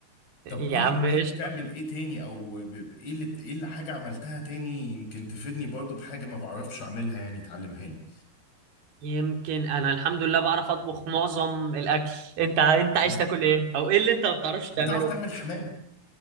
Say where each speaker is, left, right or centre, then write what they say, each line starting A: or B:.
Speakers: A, on the right; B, on the left.
A: يا
B: طب قول
A: عم
B: لي بتحب
A: قشطة
B: تعمل ايه تاني او ب- ب- ايه اللي بت... ايه اللي حاجه عملتها تاني يمكن تفيدني برضو بحاجه ما بعرفش اعملها يعني تعلمها لي
A: يمكن أنا الحمد لله بعرف أطبخ معظم الأكل أنت أنت عايز
B: مم.
A: تاكل إيه؟ أو إيه اللي أنت ما بتعرفش
B: بتعرف
A: تعمله؟
B: تعمل حمام